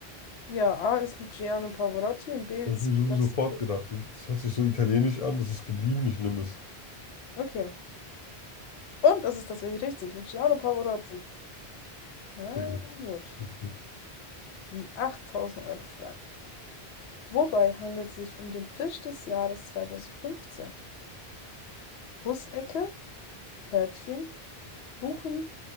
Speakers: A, on the left (about 85°); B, on the left (about 55°).
A: Ja, A ist Luciano Pavarotti und B
B: Habe
A: ist
B: ich mir sowieso
A: Placido.
B: fortgedacht. Das hört sich so italienisch an, das ist geblieben, ich nehme es.
A: Okay. Und das ist tatsächlich richtig. Luciano Pavarotti. Ja,
B: Okay, gut.
A: gut.
B: Gut, gut.
A: Die achttausend euro frage Wobei handelt es sich um den Fisch des Jahres 2015? Hussecke, Hörtchen, Huchen